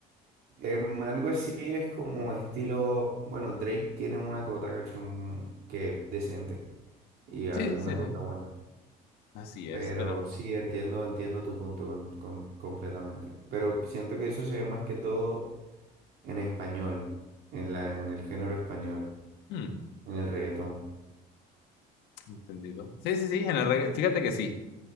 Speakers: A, on the right (about 65°); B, on the left (about 75°).
A: Em, algo así es como estilo, bueno, Drake tiene una que otra canción que decente y alguna
B: Sí, sí, sí,
A: que otra buena.
B: así es,
A: Pero
B: pero
A: sí, entiendo, entiendo tu punto con- con- completamente. Pero siento que eso se ve más que todo en español, en la, en el género español,
B: hmm,
A: en el reggaetón.
B: entendido. Sí, sí, sí, en el regga- fíjate que sí.